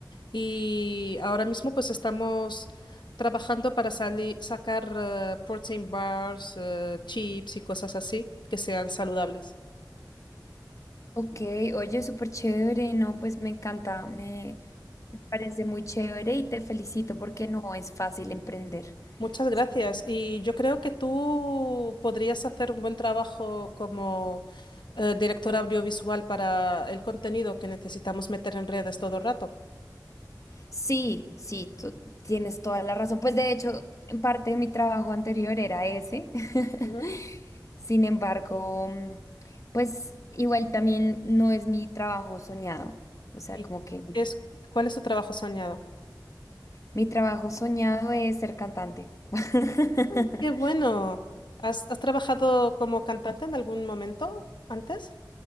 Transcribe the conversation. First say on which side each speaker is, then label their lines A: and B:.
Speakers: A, on the left (about 80°); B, on the left (about 45°).
A: Y ahora mismo pues estamos trabajando para sali- sacar eh, protein bars, eh, chips y cosas así que sean saludables.
B: Ok, oye, súper chévere, no, pues me encanta, me, me parece muy chévere y te felicito porque no es fácil emprender.
A: Muchas gracias.
B: Sí,
A: Y yo creo que tú podrías hacer un buen trabajo como eh, directora audiovisual para el contenido que necesitamos meter en redes todo el rato.
B: sí, sí, tú tienes toda la razón. Pues de hecho, en parte de mi trabajo anterior era ese. <laughs>
A: Ujú.
B: Sin embargo, mm, pues igual también no es mi trabajo soñado. O sea,
A: ¿Y
B: como
A: qué
B: que mi,
A: es, cuál es tu trabajo soñado?
B: mi trabajo soñado es ser cantante. <laughs>
A: Ah, Qué bueno. ¿Has, has trabajado como cantante en algún momento antes?